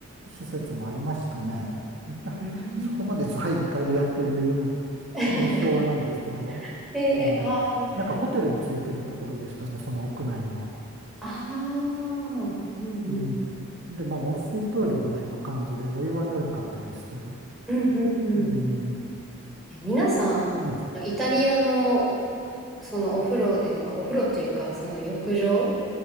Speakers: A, on the right; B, in the centre.
A: 施設もありましたね。いた
B: うん
A: <laughs> そこまでザ・イタリアという
B: <laughs>
A: 印象はないですけど、
B: えー、
A: うん。
B: あー、
A: なんかホテルについてるところでしたね、その屋内のは。
B: あー、うんあ
A: うん。で、まあ、温水プールぐらいの感じで、お湯はぬるかったですけど。
B: 露天風呂うん <laughs> ーあーあーうんうんうん。
A: うん。
B: え皆さん、
A: ね
B: イタリアのそのお風呂では、お風呂というか、その浴場